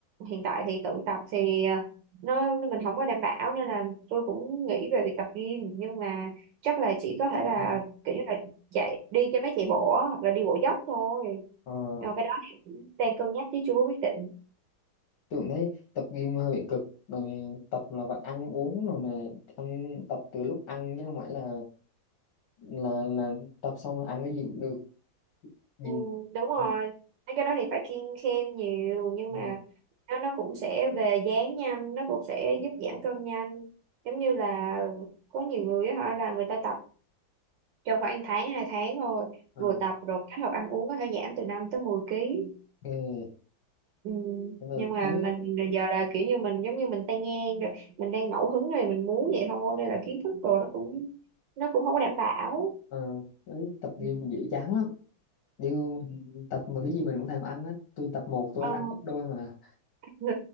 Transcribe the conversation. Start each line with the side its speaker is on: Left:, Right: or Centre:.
Right: hiện tại thì tự tập thì ờ, nó nó- mình không có đảm bảo nên là tôi cũng nghĩ về việc tập gym nhưng mà chắc là chỉ có thể là
Left: Ừ.
Right: kiểu như là chạy đi cho mấy chạy bộ á, hoặc là đi bộ dốc thôi
Left: Ờ,
Right: Rồi cái đó thì cũng đang cân nhắc chứ chưa có quyết định
Left: tưởng thấy tập gym hơi bị cực bởi vì tập là phải ăn uống rồi nè ăn tập từ lúc ăn chứ không phải là là là tập xong là ăn cái gì cũng được nhìn
Right: Ừ, đúng rồi
Left: nhìn
Right: mấy cái đó thì phải kiêng khem nhiều nhưng
Left: mua
Right: mà nó nó cũng sẽ về dáng nhanh nó cũng sẽ giúp giảm cân nhanh giống như là có nhiều người á, họ là người ta tập trong khoảng tháng hai tháng thôi
Left: à,
Right: vừa tập rồi kết hợp ăn uống có thể giảm từ 5 tới 10 ký.
Left: ok
Right: ừ.
Left: Nhưng mà
Right: nhưng mà
Left: thấy
Right: mình giờ là kiểu như mình giống như mình tay ngang rồi mình đang ngẫu hứng rồi mình muốn vậy thôi nên là kiến thức rồi nó cũng nó cũng không có đảm bảo
Left: ờ, thấy tập gym
Right: ừ.
Left: dễ chán lắm điều tập mà cái gì mình cũng thèm ăn hết tôi tập một tôi
Right: Ừ.
Left: ăn gấp đôi mà
Right: <laughs> Ừ.